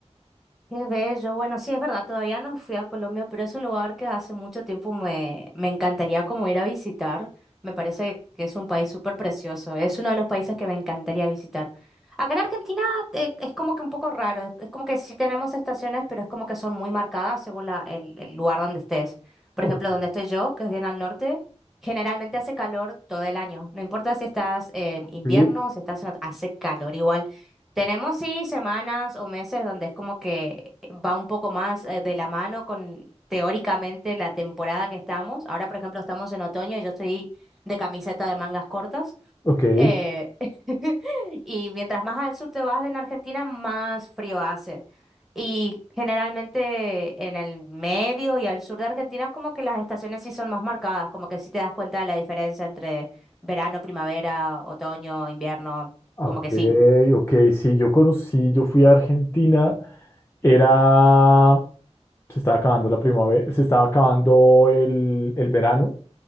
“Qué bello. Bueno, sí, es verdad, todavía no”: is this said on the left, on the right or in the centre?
Centre